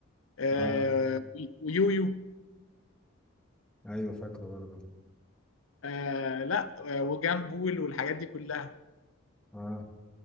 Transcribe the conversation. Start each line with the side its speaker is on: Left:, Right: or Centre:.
Left: آه،
Centre: اه
Left: ويويو
Centre: أيوه فاكره برضه
Left: آه، لا آه، وجامبول والحاجات دي كلها
Centre: اه